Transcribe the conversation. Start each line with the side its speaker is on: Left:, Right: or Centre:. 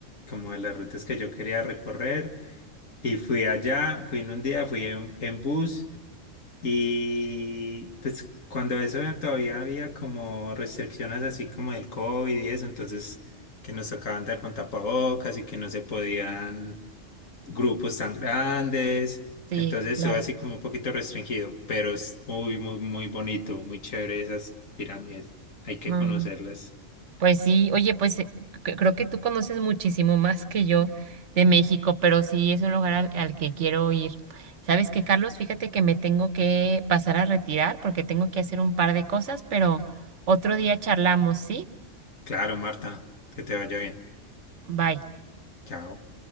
Left: como de las rutas que yo quería recorrer. Y fui allá, fui en un día, fui en, en bus y pues cuando eso todavía había como restricciones así como del COVID y eso, entonces que nos tocaba andar con tapabocas y que no se podían grupos tan grandes,
Right: Sí,
Left: entonces
Right: claro.
Left: se ve así como un poquito restringido, pero es muy, muy, muy bonito, muy chévere esas pirámides. Hay que
Right: Mm,
Left: conocerlas.
Right: Pues sí, oye, pues eh, cre- creo que tú conoces muchísimo más que yo de México, pero sí es un lugar al, al que quiero ir. ¿Sabes qué, Carlos? Fíjate que me tengo que pasar a retirar porque tengo que hacer un par de cosas, pero otro día charlamos, ¿sí?
Left: Claro, Marta, que te vaya bien.
Right: Bye.
Left: Chao.